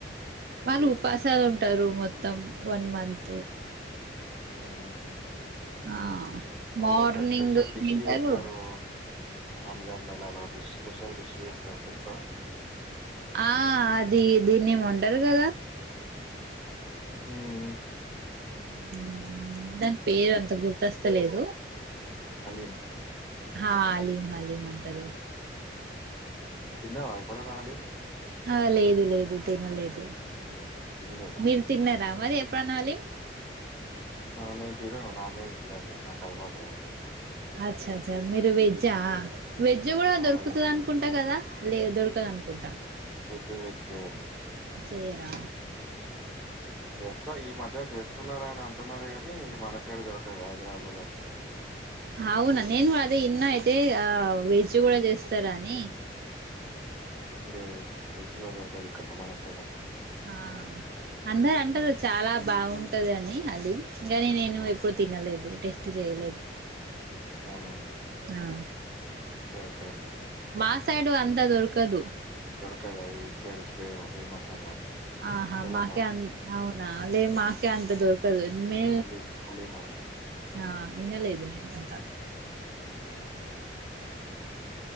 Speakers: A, on the right (about 55°); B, in the centre.
A: వాళ్ళు ఉపాసాలు ఉంటారు మొత్తం వన్ మంతంత్
B: మ్మ్
A: ఆ
B: వాళ్ళు
A: మార్నింగ్
B: ఒక స్పెషల్ డిష్
A: తింటారు
B: చేస్తారు రంజాన్ నెలలో డిష్ స్పెషల్ డిష్ చేస్తారు తెలుసా
A: ఆ అది దీ దీన్ని ఏమంటారు కదా
B: మ్మ్
A: ఉ దాని పేరు అంత గుర్తస్తలేదు
B: హలీం
A: హా హలీం హలీం అంటారు
B: తిన్నావా ఎప్పుడన్నా హాలిం
A: ఆ లేదు లేదు తినలేదు
B: తినలే తినలేదా
A: మీరు తిన్నారా మరి ఎప్పుడన్నా హలిం
B: హ నేను తినను నాన్ వెజ్ తినను నిను నాకు అలవాటులేదు
A: అచ్చ అచ్చ మీరు వెేజ్జా వెజ్ కూడా
B: నాన్
A: దొరుకుతది
B: వెజ్
A: అనుకుంటా కదా లే దొరకదు అనుకుంటా
B: జ్ చెయ్యరు
A: చెయ్యరా
B: చేస్తా ఈ మధ్య చేస్తున్నారా అని అంటున్నారు కాని ఇగ మన సైడ్ దొరకదు హైదరాబాద్ లో దొరక్ త్త
A: అవునా నేను కూడా అదే ఇన్న అయితే ఆ వెజ్ కూడా చేస్తారు అని
B: లేదండి వెజ్ లో దొరకదు ఎక్కడ మన సైడ్
A: ఆ అందరు
B: ఉమ్.
A: అంటారు చాలా బాగుంటదని అది గని నేను ఎప్పుడు తినలేదు టెస్ట్ చేయలేదు
B: అవునా
A: ఆ
B: ఓకే ఓకే
A: మా సైడ్ అంతా దొరకదు
B: దొరకదు అది ఇటు సైడ్ స్పే ఫేమస్ అన్నట్టు
A: ఆహా
B: తెలంగాణ
A: మాకే అన్ని అవు నా లేే మాకే అంత దొర్కు <unintelligible> కాదు మే
B: హలీం హలీమా
A: ఆ ఇనలేదు నేను అంత